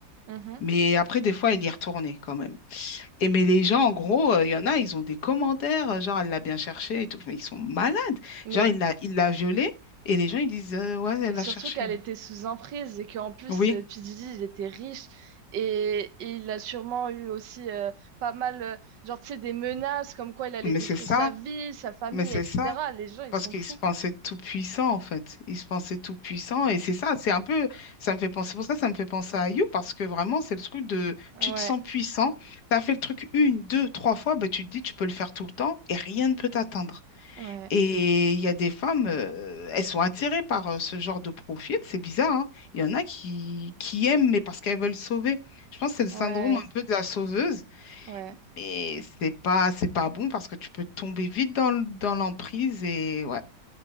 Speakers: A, on the right; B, on the left.
A: Mhm.
B: Mais après, des fois, il y est retourné quand même. Et mais les gens, en gros, euh, il y en a, ils ont des commentaires, euh, genre, elle l'a bien cherché et tout, mais ils sont malades.
A: Mais,
B: Genre, il l'a, il l'a violée et les gens, ils disent, euh, ouais, elle
A: mais
B: l'a
A: surtout
B: cherché.
A: qu'elle était sous emprise et qu'en plus
B: Oui,
A: euh, P. Diddy il était riche et, et il a sûrement eu aussi euh, pas mal, euh, genre tu sais, des menaces comme quoi il allait
B: mais
A: détruire
B: c'est ça,
A: sa vie, sa famille,
B: mais c'est
A: etc.
B: ça.
A: Les gens ils
B: Parce
A: sont
B: qu'il
A: fous.
B: se pensait tout puissant, en fait. Il se pensait tout puissant. Et c'est ça, c'est un peu, ça me fait penser, pour ça, ça me fait penser à You, parce que vraiment, c'est le truc de,
A: Ouais,
B: tu te sens puissant, t'as fait le truc une, deux, trois fois, bah, tu te dis, tu peux le faire tout le temps et rien ne peut t'atteindre.
A: ouais.
B: Et il y a des femmes, euh, elles sont attirées par euh, ce genre de profil, c'est bizarre, hein. Il y en a qui, qui aiment, mais parce qu'elles veulent sauver. Je pense que c'est le syndrome
A: Ouais,
B: un peu de la sauveuse,
A: Ouais.
B: mais c'est pas, c'est pas bon parce que tu peux tomber vite dans, le- dans l'emprise et ouais.